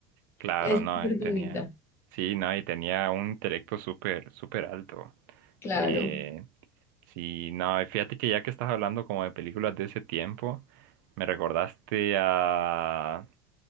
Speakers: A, on the right (about 70°); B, on the left (about 25°).
A: Claro,
B: Es
A: no,
B: súper
A: y tenía,
B: bonita,
A: sí, no, y tenía un intelecto súper, súper alto.
B: claro.
A: Eh, sí, no, y fíjate que ya que estás hablando como de películas de ese tiempo, me recordaste a,